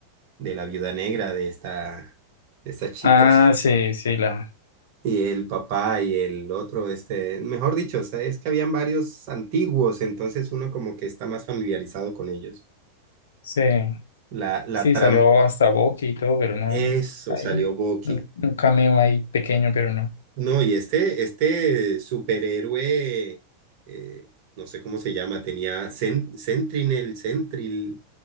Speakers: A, on the right; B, on the left.
A: de la viuda negra de esta, de esta chica,
B: Ah,
A: <laughs>
B: sí, sí, la,
A: y el papá y el otro, este, mejor dicho, o sea, es que habían varios antiguos, entonces uno como que está más familiarizado con ellos.
B: sí,
A: La,
B: sí,
A: la trampa.
B: salió hasta Bucky y todo, pero no,
A: Eso
B: hay
A: salió Bucky.
B: un, un cameo ahí pequeño, pero no.
A: No, y este, este superhéroe, eh, no sé cómo se llama, tenía Sen- Sentinel, Sentril,